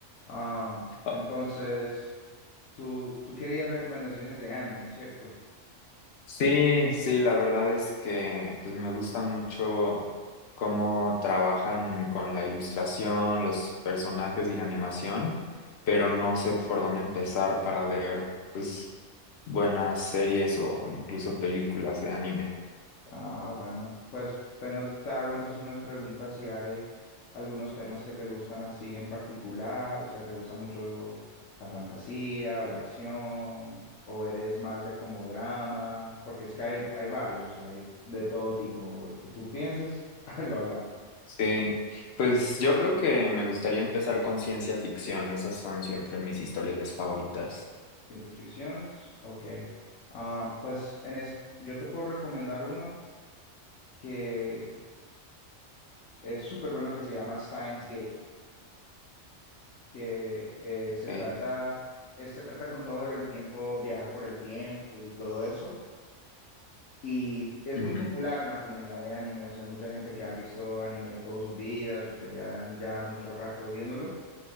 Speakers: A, on the left; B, on the left.
A: Ah,
B: Oh,
A: entonces, tú, tú querías recomendaciones de anime, ¿cierto?
B: Sí, sí, la verdad es que pues me gusta mucho cómo trabajan con la ilustración, los personajes y la animación, pero no sé por dónde empezar para ver pues buenas series o incluso películas de anime.
A: Ah, bueno, pues vengo, te hago entonces unas preguntas si hay algunos temas que te gustan así en particular, o sea, ¿te gusta mucho la fantasía o la acción? ¿O eres más de como drama? Porque es que hay, hay varios, o sea, hay de todo tipo. El que tú pienses, <laughs> lo habrá.
B: Sí, pues yo creo que me gustaría empezar con ciencia ficción, esas son siempre mis historias favoritas.
A: ¿Ciencias ficciones? Ok. Ah, pues en es- yo te puedo recomendar uno que es súper bueno que se llama Steins Gate, que eh, se
B: Okay.
A: trata, eh, se trata con todo el tiempo, viajar por el tiempo y todo eso. Y es
B: Ujú.
A: muy popular en la comunidad de anime, o sea, mucha gente que han visto anime todas sus vidas o que ya vean ya mucho rato viéndolo,